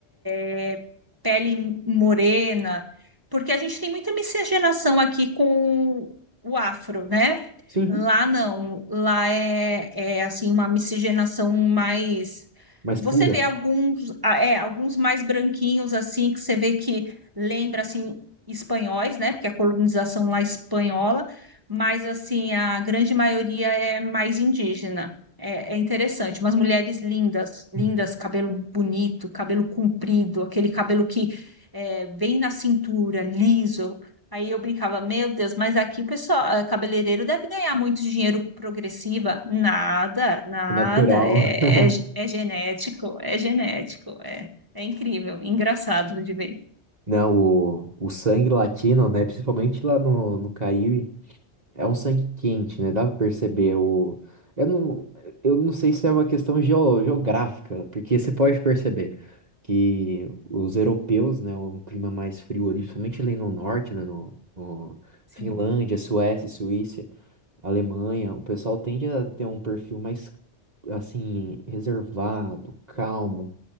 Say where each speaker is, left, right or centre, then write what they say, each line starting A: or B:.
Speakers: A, on the right; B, on the right.
A: é, pele morena, porque a gente tem muita miscigenação aqui com o afro, né?
B: sim,
A: Lá não, lá é, é assim uma miscigenação mais.
B: mas
A: Você
B: pura,
A: vê alguns, ah, é, alguns mais branquinhos assim que você vê que lembra assim espanhóis, né? Porque a colonização lá é espanhola, mas assim a grande maioria é mais indígena. É, é interessante, umas mulheres lindas, lindas,
B: Uhum.
A: cabelo bonito, cabelo comprido, aquele cabelo que é, vem na cintura, liso. Aí eu brincava, meu Deus, mas aqui o pessoal, ah, cabeleireiro deve ganhar muito dinheiro progressiva. Nada, nada,
B: natural.
A: é,
B: <laughs>
A: é, ge- é genético, é genético, é, é incrível, engraçado de ver.
B: Não, o, o sangue latino, né? Principalmente lá no, no Caribe, é um sangue quente, né? Dá pra perceber. O, eu não, eu não sei se é uma questão geo, geográfica, porque você pode perceber. que os europeus, né, um clima mais frio ali, principalmente ali no norte, né, no, no
A: Sim,
B: Finlândia, Suécia, Suíça, Alemanha, o pessoal tende a ter um perfil mais, assim, reservado, calmo.